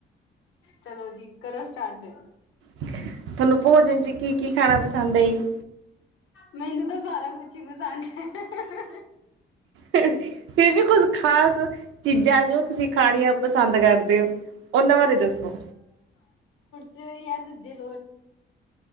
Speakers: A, on the left (about 80°); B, on the right (about 85°).
A: ਚਲੋ ਜੀ ਕਰੋ ਸਟਾਰਟ ਫਿਰ
B: ਤੁਹਾਨੂੰ ਭੋਜਨ ਚ ਕੀ ਕੀ ਖਾਣਾ ਪਸੰਦ ਐ ਜੀ
A: ਮੈਨੂੰ ਤਾਂ ਸਾਰਾ ਕੁਛ ਹੀ ਪਸੰਦ ਐ
B: ਫੇਰ ਵੀ ਕੁੱਝ ਖ਼ਾਸ ਚੀਜ਼ਾਂ ਜੋ ਤੁਸੀਂ ਖਾਣੀਆਂ ਪਸੰਦ ਕਰਦੇ ਹੋ ਉਹਨਾਂ ਬਾਰੇ ਦੱਸੋ
A: ਜਾ ਦੂਜੇ ਲੋਟ